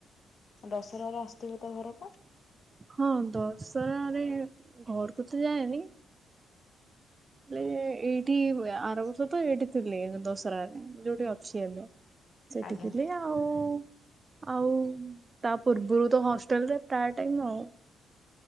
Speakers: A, on the left; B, on the right.
A: ଦଶରାରେ ଆସଥିବେ ତ ଘରେ
B: ହଁ ଦଶରାରେ ଘରକୁ ତ ଯାଏନି ଏଇଠି ହୁଏ ଆର ବର୍ଷ ତ ଏଇଠେ ଥିଲି ଦଶରାରେ ଛି ହବ ସେଇଟି
A: ଆଜ୍ଞା
B: ଥିଲେ ଆଉ- ଆଉ ତା ପୂର୍ବରୁ ତ ହଷ୍ଟେଲରେ ପ୍ରାୟ ଟାଇମ୍ ଆଉ।